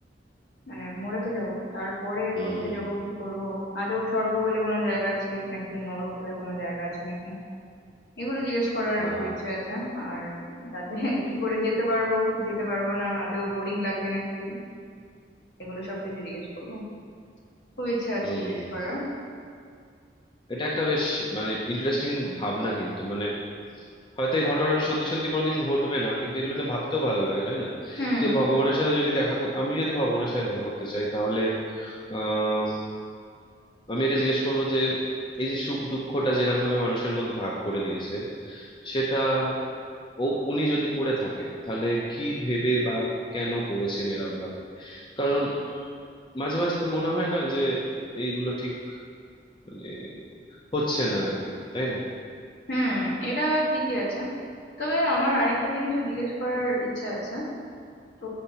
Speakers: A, on the left (about 65°); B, on the left (about 25°).
A: মানে মরে তো যাব তারপরে
B: হুম
A: কোথায় যাব কি করব আদৌ স্বর্গ বলে কোনো জায়গা আছে নাকি নরক বলে কোনো জায়গা আছে নাকি এগুলো জিজ্ঞেস করার
B: হ্যাঁ
A: খুব ইচ্ছে আছে আর তাতে <laughs> কি করে যেতে পারবো কি যেতে পারবো না আদৌ বোরিং লাগবে নাকি এগুলো সবকিছু জিজ্ঞেস করবো খুব ইচ্ছে আছে
B: হুম
A: জিজ্ঞেস করার
B: এটা একটা বেশ মানে ইন্টারেস্টিং ভাবনা কিন্তু মানে হয়তো এই ঘটনাটা সত্যি সত্যি কোনোদিন ঘটবে না কিন্তু এগুলো নিয়ে ভাবতেও ভালো লাগে তাই না
A: হুম
B: যে ভগবানের সাথে যদি দেখা কর- আমি যদি ভগবানের সাথে দেখা করতে চাই তাহলে আহ আমি এটা জিজ্ঞেস করবো যে এই যে সুখ দুঃখটা যেরকম ভাবে মানুষের মধ্যে ভাগ করে দিয়েছে সেটা ও উনি যদি করে থাকেন তাহলে কি ভেবে বা কেন করেছেন এরম ভাবে কারণ মাঝে মাঝে তো মনে হয় না যে এইগুলো ঠিক মানে হচ্ছে না আর কি তাই না
A: হুম এটা ঠিকই আছে তবে আমার আরেকটা জিনিসও জিজ্ঞেস করার ইচ্ছে আছে তো